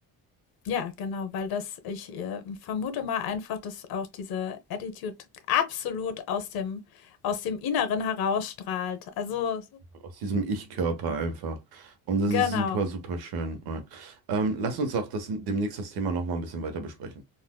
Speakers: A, on the left; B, on the right.
A: Ja, genau, weil das, ich äh, vermute mal einfach, dass auch diese Attitude absolut aus dem, aus dem Inneren herausstrahlt. Also,
B: aus diesem Ich-Körper einfach. Und das
A: genau.
B: ist super, super schön. Ähm, lass uns auch das, demnächst das Thema nochmal ein bisschen weiter besprechen.